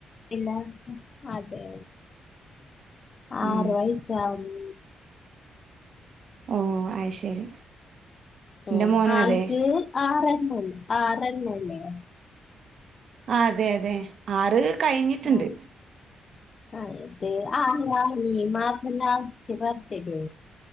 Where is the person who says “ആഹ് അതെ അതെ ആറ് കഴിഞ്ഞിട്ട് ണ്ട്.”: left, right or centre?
Right